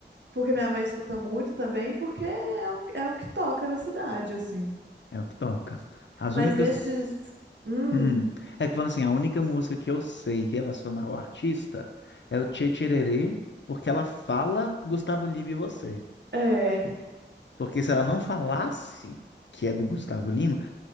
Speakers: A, on the right; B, on the left.
A: porque minha mãe escuta muito também, porque é o, é o que toca na cidade, assim.
B: é o que toca. As
A: Mas
B: únicas,
A: desses. Hum,
B: Hum. é que falando assim, a única música que eu sei relacionar ao artista é o Tchê Tchererê, porque ela fala Gustavo Lima e você.
A: é.
B: Porque se ela não falasse que é do Gustavo Lima,